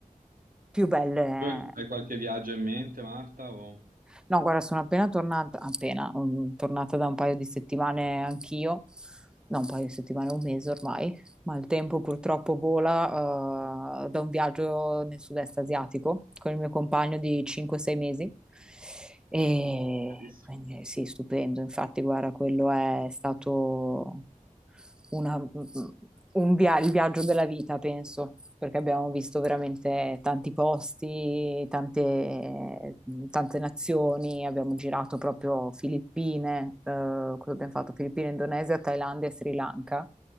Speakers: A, in the centre; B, on the right.
A: più belle
B: Tu hai qualche viaggio in mente, Marta? o-
A: No, guarda, sono appena tornata, appena, mm, tornata da un paio di settimane anch'io, no, un paio di settimane, un mese ormai, ma il tempo purtroppo vola, eh, da un viaggio nel sud-est asiatico con il mio compagno di 5-6 mesi. E
B: Bellissimo.
A: quindi sì, stupendo. Infatti, guarda, quello è stato una- un via- il viaggio della vita, penso, perché abbiamo visto veramente tanti posti, tante, tante nazioni, abbiamo girato proprio Filippine, eh, cosa abbiamo fatto? Filippine, Indonesia, Thailandia e Sri Lanka.